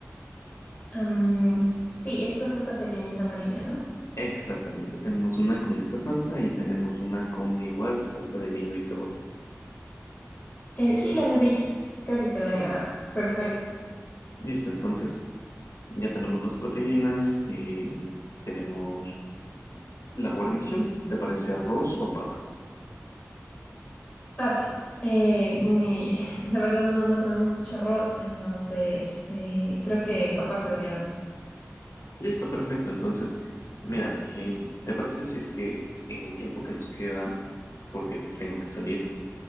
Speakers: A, on the left; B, on the left.
A: Am, sí, es esa fruta pequeñita amarilla, ¿no?
B: Exactamente, tenemos una con esa salsa y tenemos una con igual salsa de vino y cebolla.
A: Eh, sí, la de Villa. Creo que quedaría
B: Ok,
A: perfecto.
B: listo, entonces ya tenemos las proteínas, eh, tenemos la guarnición, ¿te parece arroz o papas?
A: Papa. Eh, mi, <laughs> la verdad no, no comemos mucho arroz, entonces eh, creo que papa quedaría bien.
B: Listo, perfecto, entonces mira, eh, ¿te parece si es que en el tiempo que nos queda, porque tengo que salir,